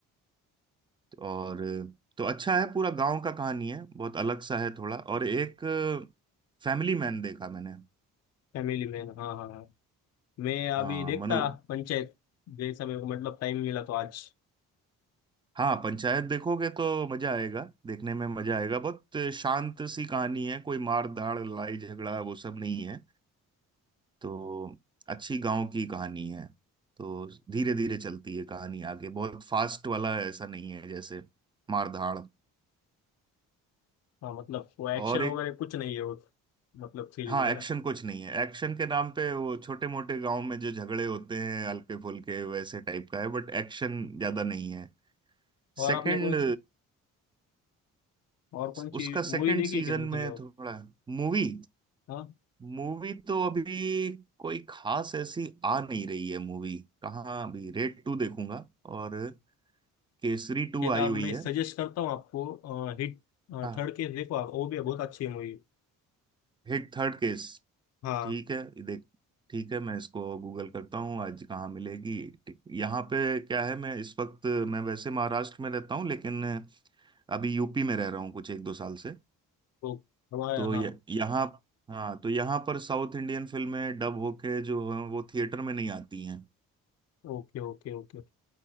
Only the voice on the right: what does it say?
और तो अच्छा है पूरा गांव का कहानी है बहुत अलग सा है थोड़ा और एक फैमिली मैन देखा मैंने
हाँ
मनोज
हाँ पंचायत देखोगे तो मजा आएगा देखने में मजा आएगा बहुत शांत सी कहानी है कोई मार धाड़ लड़ाई झगड़ा वो सब नहीं है तो अच्छी गांव की कहानी है तो धीरे धीरे चलती है कहानी आगे बहुत फास्ट वाला ऐसा नहीं है जैसे मार धाड़
और
एक
हाँ
एक्शन
कुछ नहीं है एक्शन के नाम पे वो छोटे मोटे गांव में जो झगड़े होते हैं हल्के फुल्के वैसे टाइप का है बट एक्शन ज्यादा नहीं है
सेकंड
उसका सेकंड
सीजन
में
थोड़ा मूवी
मूवी तो अभी कोई खास ऐसी आ नहीं रही है मूवी कहाँ अभी रेड टू देखूंगा और केसरी टू
आई हुई
है
हाँ
Hit third case
ठीक है ये देख ठीक है मैं इसको गूगल करता हूँ आज कहाँ मिलेगी ठीक- यहाँ पे क्या है मैं इस वक्त मैं वैसे महाराष्ट्र में रहता हूँ लेकिन अभी यूपी में रह रहा हूँ कुछ एक दो साल से
तो
ये यहाँ हाँ तो यहाँ पर साउथ इंडियन फिल्में डब होके जो हैं, वो थिएटर में नहीं आती हैं